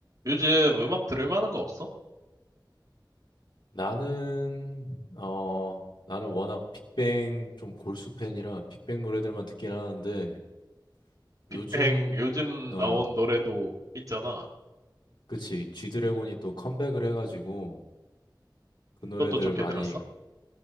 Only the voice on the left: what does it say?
나는 어 나는 워낙 빅뱅 좀 골수 팬이라 빅뱅 노래들만 듣긴 하는데
요즘
어
그치 G드래곤이 또 컴백을 해가지고 그 노래들
많이